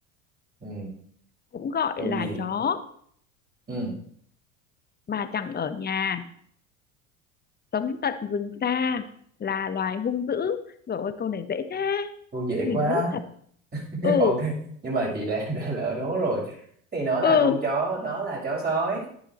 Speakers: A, on the right; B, on the left.
A: ừ,
B: cũng gọi
A: tô
B: là
A: diền
B: chó
A: ừ,
B: mà chẳng ở nhà sống tận rừng xa là loài hung dữ rồi ôi câu này dễ thế
A: cô dễ
B: chứ mình
A: quá
B: dốt thật
A: <laughs>
B: ừ
A: ok nhưng mà chị đã <laughs> đã lỡ đố rồi thì nó là
B: ừ
A: con chó nó là chó sói